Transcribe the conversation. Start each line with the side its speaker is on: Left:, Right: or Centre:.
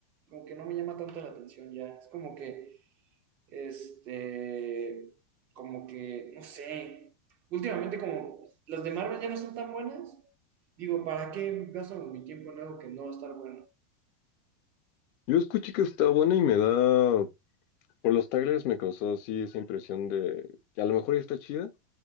Right: como que no me llama tanto la atención ya. Es como que Este, como que, no sé, últimamente como las de Marvel ya no son tan buenas, digo, ¿para qué gasto mi tiempo en algo que no va a estar bueno?
Left: Yo escuché que está buena y me da. Por los trailers me causó así esa impresión de que a lo mejor ya está chida,